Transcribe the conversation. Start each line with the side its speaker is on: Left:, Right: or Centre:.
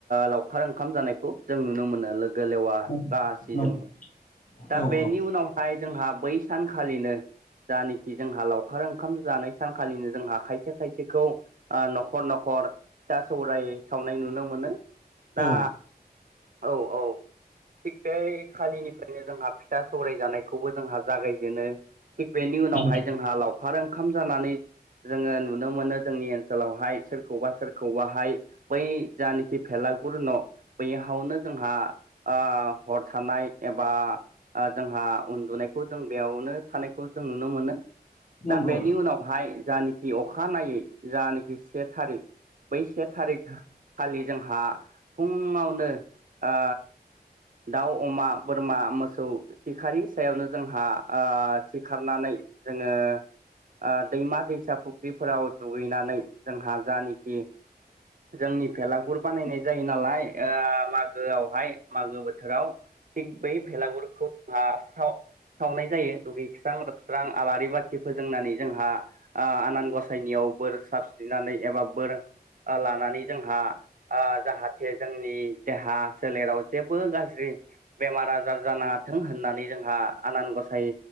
Right: लावखार ओंखाम जानायखौ जों नुनो मोनो। गोलेवा
Left: नं
Right: गासैजोंबो
Left: नं
Right: दा
Left: औ औ
Right: बेनि उनाव फाय जोंहा बै सानखालिनो जानाखि जोंहा लावखार ओंखाम जानाय। सानखालिनो जोंहा खायसे खायसेखौ ओ न'खर न'खर फिथा सौराय सावनाय नुनो मोनो दा
Left: औ
Right: औ औ थिग बे खालिनिफ्रायनो जोंहा फिसा सौराय जानायखौबो जोंहा जागायजेनो थिग बेनि उनावहाय
Left: नंगौ
Right: जोंहा लावखार ओंखाम जानानै जोङो नुनो मोनो जोंनि ओनसोलावहाय सोरखौबा सोरखौबाहाय बै जानाखि भेलागुर न' बैयावनो जोंहा ओ हर थानाय एबा जोंहा उन्दुनाय। खौ जों बेयावनो थानायखौ जों नुनो मोनो
Left: नंगौ
Right: दा बेनि उनाव हाय जानाखि अखा नायै जानाखि से थारिख बै से थारिख खालि जोंहा फुङावनो ओ दाउ अमा बोरमा मोसौ सिखारारि सायावनो जोंहा ओ सिखारनानै जोङो ओ दैमा दैसा फुख्रिफोराव दुगैनानै जोंहा जानखि जोंनि भेलागुर बानायनाय जायो नालाय मागोआवहाय मागो बोथोराव थिग बै भलागुरखौ हा साव सावनाय जायो दुगैस्रां लोबस्रां आलारि बाथि फोजोंनानै जोंहा ओ आनान गसायनियाव बोर साब सि्रिनानै एबा बोर ओ लानानै जोंहा ओ जाहा हाथे जोंनि देहा सोलेराव जेबो गाज्रि बेमार आजार जानाङा थों होननानै जोंहा आनान गसाइ